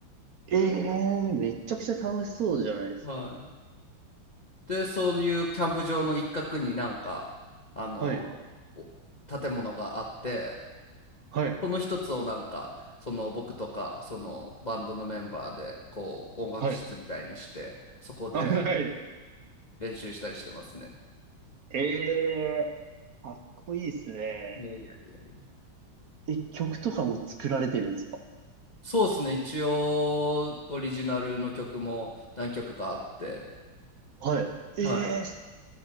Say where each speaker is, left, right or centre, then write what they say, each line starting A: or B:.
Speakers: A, on the right; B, on the left.
A: ええめちゃくちゃ楽しそうじゃないですか。
B: はい。で、そういうキャンプ場の一角になんか、あの、
A: はい、
B: お建物があって、
A: はい、
B: その一つをなんか、その僕とか、そのバンドのメンバーで、こう、音楽室みたいにして、
A: はい。
B: そこで
A: あはい。
B: 練習したりしてますね。
A: ええかっこいいですね。
B: いやいやいやいや。
A: え、曲とかも作られてるんですか
B: そうですね。一応、オリジナルの曲も何曲かあって、
A: はい。
B: は
A: ええ